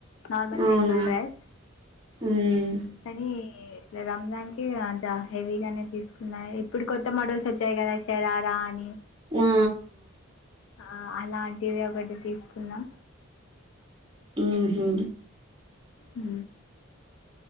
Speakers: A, on the left (about 75°); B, on the right (about 25°).
A: నార్మల్
B: అవునా
A: సింపుల్ డ్రెస్
B: మ్
A: కాని రంజాన్కి కొంచం హెవీగానే తీసుకున్నాయి ఇప్పుడు కొత్త మోడల్స్ వచ్చాయి కదా శరారా అని
B: ఆ
A: ఆ అలాంటిది ఒకటి తీసుకున్న
B: ఉహు
A: ఉ